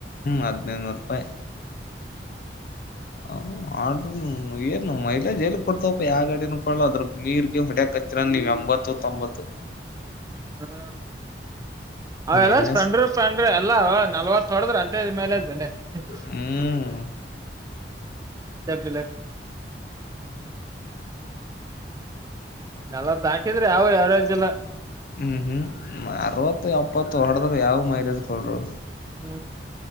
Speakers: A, on the left; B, on the right.
A: ಹದಿನೈನೂರು ರೂಪಾಯಿ
B: <unintelligible>
A: ಹ ಆರು ಏನು ಮೈಲೇಜ್ ಎಲ್ಲಿ ಕೊಡ್ತಾವಪ್ಪ ಯಾವ ಗ ಅಡಿನ ಕೊಡ ಅದ್ರ ಮೀರ್ಗೆ ಹೊಡೆಚ್ಚ ನ್ ನಿಗ ಎಂಬತ್ತು ತೊಂಬತ್ತು
B: ಹ್ಮ ಅವೆಲ್ಲ
A: ಎನ್
B: ಸ್ಪಂಡ್ರರು
A: ಎಸ್
B: ಸ್ಂಡ್ರಿ ಎಲ್ಲಾ ನಲ್ವತ್ ತೊಡದ್ರ ಅಂಟೆ ಮೇಲೆದನ್ನೆ <unintelligible>
A: ಹ್ಮ್
B: ಎತ್ತ ಬಲ ನಲ್ಲ ದಾಟಿದ್ರೆ ಯಾವ ಯಾವ್ಯ್ಲ್
A: ಹ್ಮ್ ಹ್ಮ್ ಅರವತ್ತು ಎಪ್ಪತ್ತು ಹೊಡದ್ರ ಯಾವ್ ಮೈಲೇಜ್ ಕೊಡರು
B: ಹ್ಮ್